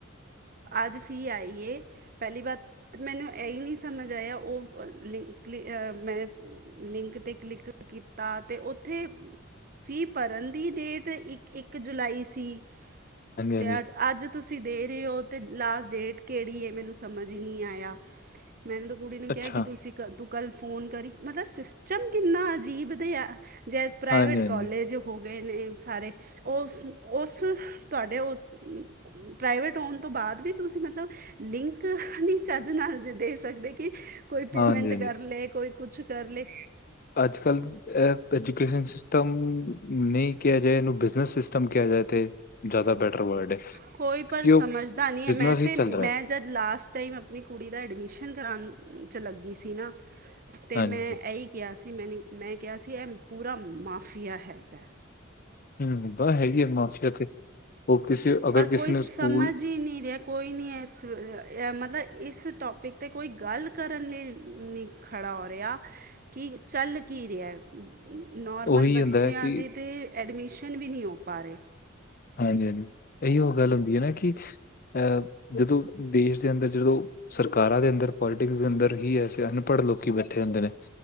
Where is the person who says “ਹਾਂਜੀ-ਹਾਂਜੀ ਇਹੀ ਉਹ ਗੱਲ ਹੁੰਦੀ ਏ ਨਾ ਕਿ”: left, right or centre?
Left